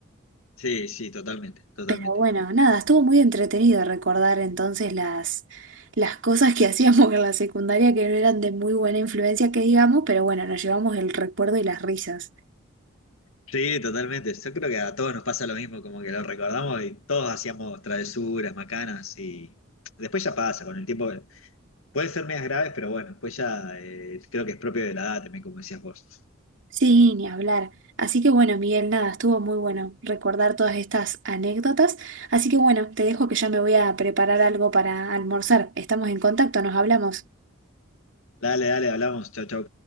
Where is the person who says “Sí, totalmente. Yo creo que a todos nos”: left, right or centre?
Left